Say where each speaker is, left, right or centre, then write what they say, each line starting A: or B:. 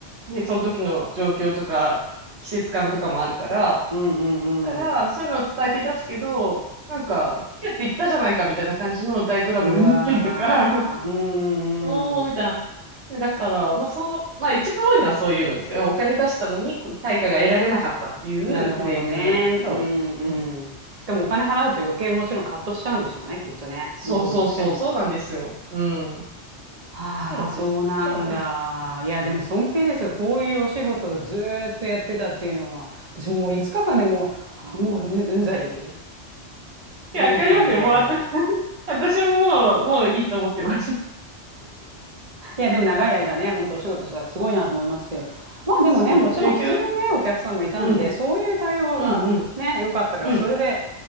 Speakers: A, on the right (about 65°); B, on the right (about 40°).
A: ね、その時の状況とか、季節感とかもあるから、
B: うんうんうん。
A: だから、そういうのを伝えて出すけど、なんか、ピュって言ったじゃないかみたいな感じの大トラブルになったりとか、
B: うわー、
A: <laughs>
B: うん
A: おー、
B: うんうん。
A: みたいな。だから、まあそう、まあ一番多いのはそういうのですよね。お金出したのにこう対価が得られなかったっていうクレームになることが多い。
B: なるほどね。うん
A: うん。
B: うん。しかもお金払うと余計もちろんカットしちゃうんでしょうね、きっとね。
A: そうそうそう、
B: 向こうとしても。
A: そうなんですよ。うん。
B: はあ、
A: そうなんです。
B: そうなんだ。
A: だからね。
B: いや、でも尊敬ですよ。こういうお仕事をずーっとやってたっていうのは、私もう5日間でもう、あ、もううんうんざりっ
A: いや、
B: て思ったんで。
A: わかりますよ。もう、あんな <laughs> 私ももう、もういいと思ってます。
B: いや、でも長い間ね、本当お仕事したらすごいなと思いますけど。まあでもね、
A: そう、
B: もちろん普通のね、
A: 営業の。
B: お客さんもいたんで、
A: うん。
B: そういう対応はまあね、
A: うん、うん、
B: 良かったから、
A: うん。
B: それで、